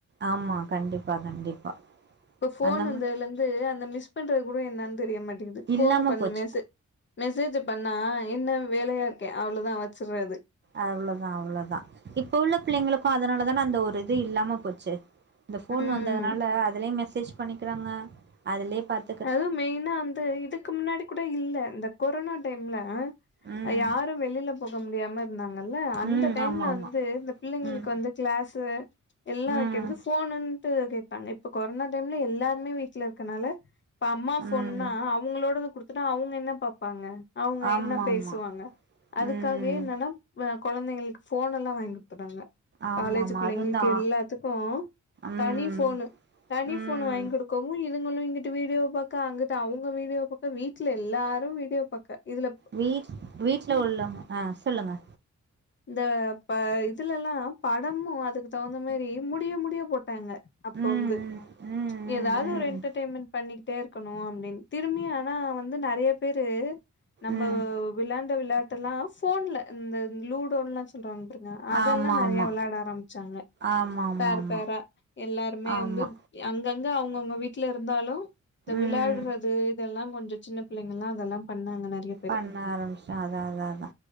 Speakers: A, on the right; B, on the left.
A: ஆமா கண்டிப்பா கண்டிப்பா
B: இப்ப ஃபோன்
A: அந்த மா
B: வந்ததலந்து அந்த மிஸ் பண்றது கூட என்னான்னு தெரிய மாட்டேங்குது
A: இல்லாம
B: ஃபோன பண்ணு
A: போச்சு
B: மெஸ் மெசேஜு பண்ணா என்ன வேலயா இருக்கே அவ்ளோதா வச்சுறது
A: அவ்வளோதா அவ்வளோதா இப்ப உள்ள பிள்ளைங்களுக்கோ அதனாலதான அந்த ஒரு இது இல்லாம போச்சு இந்த ஃபோன்
B: ம்
A: வந்ததுனால அதுலயே மெசேஜ் பண்ணிக்குறாங்க அதுலயே பாத்
B: அதுவு மெயினா வந்து இதுக்கு முன்னாடி குட இல்ல இந்த கொரோனா டைம்ல
A: ம்
B: அ யாரு வெளில போக முடியாம ந்தாங்கல்ல அந்த
A: ம்
B: டைம்ல
A: ஆமா ஆமா
B: வந்து, இந்த பிள்ளைங்களுக்கு
A: ம்
B: வந்து க்ளாசு எல்லா
A: ம்
B: வைக்கறது ஃபோன்னுட்டு கேப்பாங்க இப்ப கொரோனா டைம்ல எல்லாருமே வீட்ல இருக்கனால ப்ப அம்மா ஃபோன்னா
A: ம்
B: அவுங்களோடது குடுத்டா அவுங்க என்ன பாப்பாங்க அவுங்க
A: ஆமா
B: என்ன பேசுவாங்க
A: ஆமா
B: அதுக்காகயே
A: ம்
B: என்னன்னா அ கொழந்தைங்களுக்கு ஃபோன் எல்லா வாங்கி த்றாங்க
A: ஆமா
B: காலேஜ்
A: ஆமா
B: பிள்ளைங்களுக்கு
A: அது வந்து ஆ
B: எல்லாத்துக்கு
A: ம்
B: தனி ஃபோனு தனி
A: ம்
B: ஃபோனு வாங்கி குடுக்கவு இதுங்குளு இங்குட்டு வீடியோ பாக்க அங்குட்டு அவுங்க வீடியோ ஒத்த வீட்ல எல்லாரு வீடியோ பாக்க இதுலப்
A: வீட் வீட்ல உள்ளங்க அ சொல்லுங்க
B: ந்த ப இதுலல்லாம் படமு அதுக்கு தகுந்த மேரி முடியு முடியு போட்டாங்க. அப்போ
A: ம்
B: ந்து
A: ம் ம்
B: எதாது
A: ம்
B: ஒரு என்டர்டெய்மெண்ட் பண்ணிக்கிட்டே இருக்கணு அப்டின் திரும்பி அன வந்து நறைய பேரு நம்ம
A: ம் ம்
B: விளாண்ட விளாட் இதல்லா ஃபோன்ல ந்த லூடோன்ல்லா சொல்றாங். <unintelligible> அதெல்லா
A: ஆமா
B: நறைய
A: ஆமா
B: வெளாட ஆரமிச்சாங்க
A: ஆமா ஆமா
B: பேர்
A: ஆமா
B: பேரா எல்லாருமே
A: ஆமா
B: வந்து அங்கங்க அவங்கவுங்க வீட்டுல இருந்தாலு இந்த விளையாடுறது
A: ம்
B: இதெல்லா கொஞ்சொ சின்னப் பில்லைங்கள்லா அதெல்லாம் பண்ணாங்க நறைய
A: பண்ண ஆரமிச்ட அதா அதா அதா